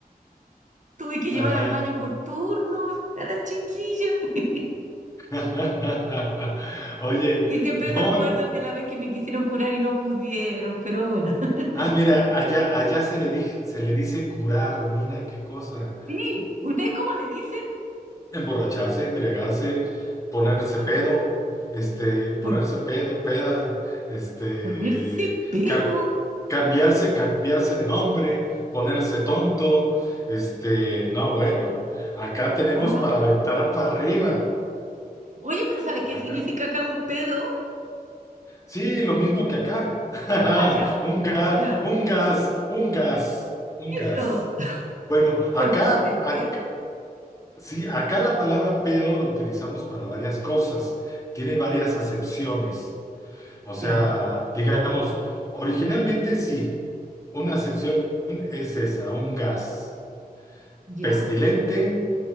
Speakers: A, on the right; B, on the left.
A: tuve que llevar
B: Ajá.
A: al baño por turnos a la chiquilla. <laughs>
B: <laughs> Oye,
A: Y siempre
B: no,
A: se acuerdan de la vez que me quisieron curar y no pudieron, pero bueno. <laughs>
B: Ah, mira, allá, allá se le dije- se le dice curar, mira qué cosa.
A: Sí, ¿ustedes cómo le dicen?
B: Emborracharse, embriagarse, ponerse
A: También.
B: pedo, este,
A: Por
B: ponerse pedo, peda, este,
A: ponerse pedo.
B: ca- cambiarse, cambiarse de nombre, ponerse tonto, este, no, bueno, acá tenemos
A: ¡Guau!
B: para aventar para arriba.
A: Oye, pero ¿sabes
B: Acá.
A: qué significa acá un pedo?
B: Sí, lo mismo que acá. <laughs>
A: Ah, ya,
B: Un gas,
A: ya.
B: un gas, un gas, un
A: Eso.
B: gas. Bueno, acá,
A: <laughs> ponerse
B: ac-
A: pedo.
B: Sí, acá la palabra pedo la utilizamos para varias cosas, tiene varias acepciones. O sea,
A: Ya,
B: digamos, originalmente sí, una acepción es esa, un gas
A: ya.
B: pestilente,